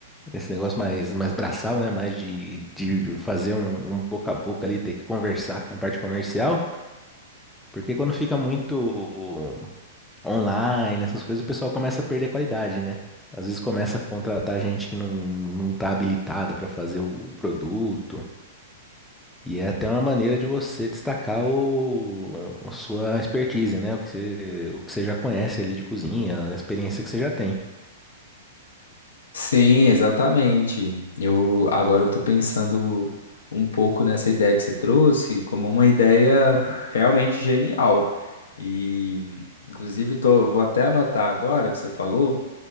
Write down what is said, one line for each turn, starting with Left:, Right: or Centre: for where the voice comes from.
Centre: esse negócio mais, mais braçal, né? Mais de, de fazer um, um boca a boca ali, ter que conversar com a parte comercial. Porque quando fica muito online, essas coisas, o pessoal começa a perder qualidade, né? Às vezes começa a contratar gente que não, não tá habilitada para fazer o, o produto. E é até uma maneira de você destacar o, a sua expertise, né? O que você, o que você já conhece ali de cozinha, a experiência que você já tem.
Left: Sim, exatamente. Eu agora eu tô pensando um pouco nessa ideia que você trouxe como uma ideia realmente genial. E inclusive tô, vou até anotar agora que você falou,